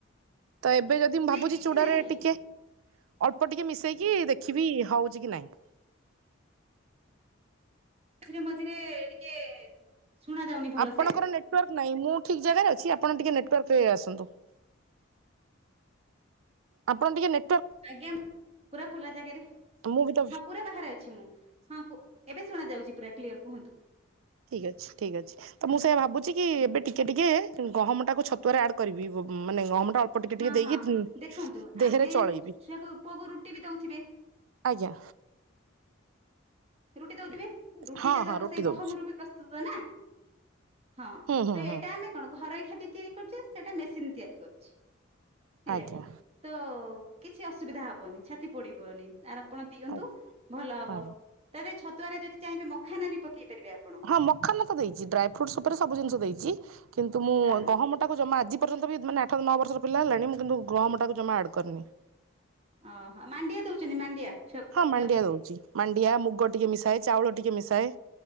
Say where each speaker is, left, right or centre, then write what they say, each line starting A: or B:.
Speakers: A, on the right; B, on the right.
A: ତ ଏବେ ଯଦି ମୁଁ
B: ନାଇଁ
A: ଭାବୁଛି
B: କିଛି
A: ଚୁଡାରେ
B: ନାଇଁ
A: ଟିକେ ଅଳ୍ପ ଟିକେ ମିଶେଇକି ଦେଖିବି ହଉଛି କି ନାଇଁ।
B: ମଝିରେ ମଝିରେ ଟିକେ ଶୁଣା ଯାଉନି ଭଲସେ
A: ଆପଣଙ୍କର ନେଟୱାର୍କ ନାହିଁ ମୁଁ ଠିକ ଜାଗାରେ ଅଛି ଆପଣ ଟିକେ ନେଟୱାର୍କ ଆସନ୍ତୁ। ଆପଣ ଟିକେ ନେ
B: ଆଜ୍ଞା ପୁରା ଖୋଲା ଜାଗାରେ।
A: ମୁଁ ବି ତ
B: ହଁ ପୁରା ବାହାରେ ଅଛି ମୁଁ ହଁ ଏବେ ଶୁଣ ଯାଉଛି ପୁରା କ୍ଲିଅର କୁହନ୍ତୁ।
A: ଠିକ୍ ଅଛି ଠିକ ଅଛି ତ ମୁଁ ସେ ଭାବୁଛି କି
B: ଆଜ୍ଞା
A: ଏବେ ଟିକେ ଏବେ ଟିକେ ଗହମଟାକୁ ଛତୁଆରେ ଆଡ଼୍ କରିବି ମାନେ ଗହମଟା ଟିକେ
B: ହଁ
A: ଟିକେ ଦେଇକି
B: ହଁ ଦେଖନ୍ତୁ
A: ଦେହରେ
B: ଆମେ
A: ଚଳେଇବି
B: ଛୁଆକୁ ପୁଅକୁ ରୁଟି ବି ଦଉଥିବେ।
A: ଆଜ୍ଞା।
B: ରୁଟି ଦଉଥିବେ ରୁଟି
A: ହଁ
B: ଟା ତ
A: ହଁ ରୁଟି
B: ସେଇ
A: ଦଉଛି
B: ଗହମରୁ ପ୍ରସ୍ତୁତ ନା ହଁ
A: ହୁଁ ହୁଁ
B: ତ
A: ହୁଁ
B: ଏଇଟା ଆମେ କଣ ଘରୋଇ ଖାଦ୍ୟ ତିଆରି କରୁଛ ସେଇଟା ମେସିନ୍ ତିଆରି କରୁଛି ହେଲା
A: ଆଜ୍ଞା
B: କିି। ତ କିଛି ଅସୁବିଧା ହବନି ଛାତି ପୋଡିବନି ଆର୍ ଆପଣ ଦିଅନ୍ତୁ
A: ଆଜ୍ଞା
B: ଭଲ ହବ।
A: ଆଜ୍ଞା
B: ତା ଦିଏରେ ଛତୁଆରେ ଯଦି ଚାହିଁବେ ମଖାନା ବି ପକେଇ ପାରିବେ ଆପଣ-
A: ହଁ ମଖାନା ତ ଦେଇଚି ଡ୍ରାଏ ଫୁଡ୍ସ ଉପରେ ସବୁ ଜିନିଷ ଦେଇଚି କିନ୍ତୁ ମୁଁ
B: ହଁ
A: ଗହମ ଟାକୁ ଜମା ଆଜି ପର୍ଯ୍ୟନ୍ତ ବି ମାନେ ଆଠ ନଅ ବର୍ଷ ପିଲା ହେଲାଣି ମୁଁ କିନ୍ତୁ ଗହମଟା ଜମା ଆଡ଼୍ କରିନି
B: ଅ ହ ମାଣ୍ଡିଆ ଦଉଚନ୍ତି ମାଣ୍ଡିଆ ଛୁଆକୁ
A: ହଁ ମାଣ୍ଡିଆ
B: ଯାଉ କରିକି
A: ଦଉଚି ମାଣ୍ଡିଆ ମୁଗ ଟିକେ ମିଶାଏ ଚାଉଳ ଟିକେ ମିଶାଏ